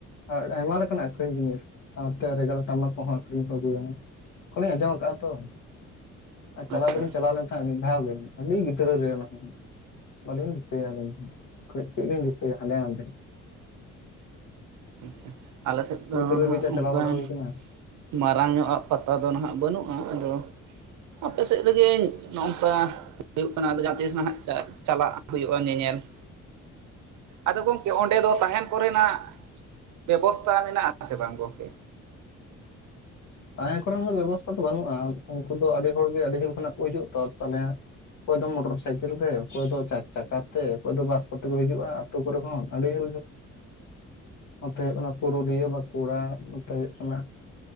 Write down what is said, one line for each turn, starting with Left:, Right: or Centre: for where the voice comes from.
Left: ᱟᱨ ᱟᱭᱢᱟᱞᱮᱠᱟᱱᱟᱜ ᱟᱠᱷᱨᱤᱧ ᱡᱤᱱᱤᱥ ᱥᱟᱶᱛᱮ ᱨᱮᱜᱟᱨ ᱴᱟᱢᱟᱠ ᱠᱚᱦᱚᱸ ᱟᱠᱷᱨᱤᱧ ᱠᱚ ᱟᱹᱜᱩᱭᱟ ᱾ ᱠᱦᱚᱱᱤᱧ ᱟᱸᱡᱚᱢ ᱟᱠᱟᱜᱼᱟ ᱛᱚ ᱟᱨ ᱪᱟᱞᱟᱣ
Right: ᱟᱪᱪᱷᱟ
Left: ᱫᱚᱞᱤᱧ ᱪᱟᱞᱟᱣ ᱞᱮᱱ ᱛᱟᱦᱮᱸᱫ ᱢᱤᱫ ᱫᱷᱟᱣ ᱜᱮ ᱟᱹᱰᱤ ᱜᱤᱫᱽᱨᱟᱹ ᱨᱮ ᱚᱱᱟ ᱦᱚᱸ, ᱵᱟᱹᱞᱤᱧ ᱫᱤᱥᱟᱹᱭᱟ ᱟᱹᱞᱤᱧ ᱦᱚᱸ ᱾ <unintelligible> ᱞᱤᱧ ᱫᱤᱥᱟᱭᱟ ᱦᱟᱸᱰᱮ ᱱᱟᱸᱰᱮ ᱾
Right: ᱟᱪᱪᱷᱟ ᱟᱞᱮ ᱥᱮᱫ ᱫᱚ
Left: ᱜᱤᱫᱽᱨᱟᱹ
Right: ᱱᱦᱟᱸᱜ
Left: ᱜᱮ ᱡᱟ
Right: ᱚᱱᱠᱟᱱ
Left: ᱪᱟᱞᱟᱣ ᱵᱟᱲᱟ ᱦᱩᱭ ᱟᱠᱟᱱᱟ
Right: ᱼᱼ ᱢᱟᱨᱟᱝ ᱧᱚᱜᱼᱟ ᱯᱟᱛᱟ ᱫᱚ ᱱᱟᱦᱟᱜ ᱵᱟᱹᱱᱩᱜᱼᱟ ᱟᱫᱚ ᱼᱼ ᱟᱯᱮ ᱥᱮᱡ ᱨᱮᱜᱮᱧ ᱱᱚᱝᱠᱟ ᱼᱼ ᱦᱩᱭᱩᱜ ᱠᱟᱱᱟ ᱟᱫᱚ ᱡᱟᱦᱟᱸ ᱛᱤᱥ ᱱᱟᱦᱟᱜ ᱪᱟᱜ ᱪᱟᱞᱟᱜ ᱦᱩᱭᱩᱜᱼᱟ ᱧᱮᱧᱮᱞ ᱾ ᱟᱫᱚ ᱜᱚᱝᱠᱮ ᱚᱸᱰᱮ ᱫᱚ ᱛᱟᱦᱮᱱ ᱠᱚᱨᱮᱱᱟᱜ ᱼᱼ ᱵᱮᱵᱚᱥᱛᱟ ᱢᱮᱱᱟᱜᱼᱟ ᱥᱮ ᱵᱟᱝ ᱜᱚᱝᱠᱮ?
Left: ᱛᱟᱦᱮᱸ ᱠᱚᱨᱮᱱ ᱫᱚ ᱵᱮᱵᱚᱥᱛᱷᱟ ᱫᱚ ᱵᱟᱹᱱᱩᱜᱼᱟ ᱩᱱᱠᱩ ᱫᱚ ᱟᱹᱰᱤ ᱦᱚᱲᱜᱮ ᱟᱹᱰᱤ ᱡᱷᱟᱹᱞ ᱠᱷᱚᱱᱟᱜ ᱠᱚ ᱦᱤᱡᱩᱜᱼᱟ ᱛᱚ ᱛᱟᱦᱚᱞᱮ ᱼᱼ ᱚᱠᱚᱭ ᱫᱚ ᱢᱚᱴᱚᱨ ᱥᱟᱭᱠᱮᱞ ᱛᱮ ᱚᱠᱚᱭ ᱫᱚ ᱪᱟᱨ ᱪᱟᱠᱟ ᱛᱮ ᱚᱠᱚᱭ ᱫᱚ ᱵᱟᱥ ᱠᱚᱛᱮ ᱠᱚ ᱦᱤᱡᱩᱜᱼᱟ ᱾ <unintelligible> ᱠᱚᱨᱮ ᱠᱷᱚᱱ ᱟᱹᱰᱤ <inaudible> ᱱᱚᱛᱮ ᱚᱱᱟ ᱯᱩᱨᱩᱞᱤᱭᱟᱹ ᱵᱟᱸᱠᱩᱲᱟ ᱱᱚᱛᱮ ᱦᱳᱭᱳᱜ ᱠᱟᱱᱟ ᱼᱼ